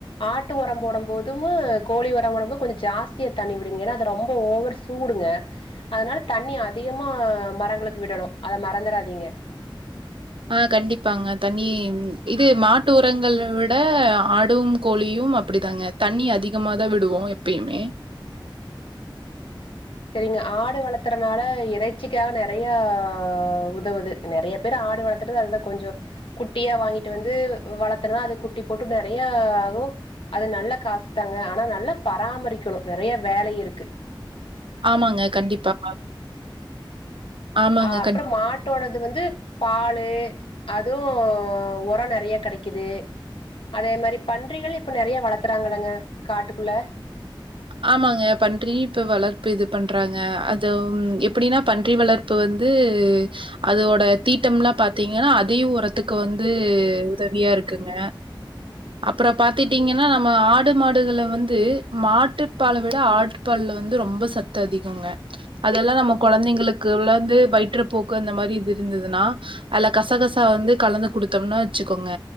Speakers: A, on the left; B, on the right.
A: ஆட்டு உரம் போடும் போதும கோழி உரம் போடும் போது கொஞ்சம் ஜாஸ்தியா தண்ணி விடுங்க ஏன்னா அது ரொம்ப ஓவர் சூடுங்க அதனால தண்ணி அதிகமா மரங்களுக்கு விடணும் அத மறந்துராதீங்க
B: ஆஹ் கண்டிப்பாங்க தண்ணி இது மாட்டு உரங்கலவிட ஆடும் கோழியும் அப்டிதாங்க தண்ணி அதிகமாதான் விடுவோ எப்பயுமே
A: சரிங்க ஆடு வளத் வளத்துறனால இறைச்சிக்காக நிறையா உதவுது நிறைய பேர் ஆடு வளர்த்துறது அததுதான் கொஞ்சொ குட்டியா வாங்கிட்டு வந்து வளர்த்தறனா அது குட்டி போட்டு நிறைய ஆகும் அது நல்லா காசுத்தாங்க ஆனா நல்லா பராமரிக்கணும் நிறைய வேலை இருக்கு
B: ஆமாங்க கண்டிப்பா ஆமாங்க.
A: அஹ் அப்புறம்
B: கண்டிப்பா.
A: மாட்டோடது வந்து பாலு அதுவும் உரம் நிறைய கிடைக்குது அதே மாதிரி பன்றிகள் இப்ப நிறைய வளத்துறாங்களங்க காட்டுக்குள்ள
B: ஆமாங்க பன்றி இ வளர்ப்பு இது பண்றாங்க அது எப்டின்னா பன்றி வளர்ப்பு வந்து அதோட தீட்டம் எல்லாம் பாத்தீங்கன்னா அதையும் ஒருத் த்துக்கு வந்து உதவியா இருக்குங்க அப்புறம் பாத்திட்டீங்கன்னா நம்ம ஆடு மாடுகள்ல வந்து மாட். மாட்டுப்பால விட ஆட்பால்ல வந்து ரொம்ப சத்து அதிகொங்க. அதெல்லாம் நம்ம குழந்தைங்களுக்கு வந்து வயிற்றுப்போக்கு அந்த மாதிரி இது இருந்ததுன்னா அதுல கசகசா வந்து கலந்து கொடுத்தோம்னா வச்சுக்கோங்க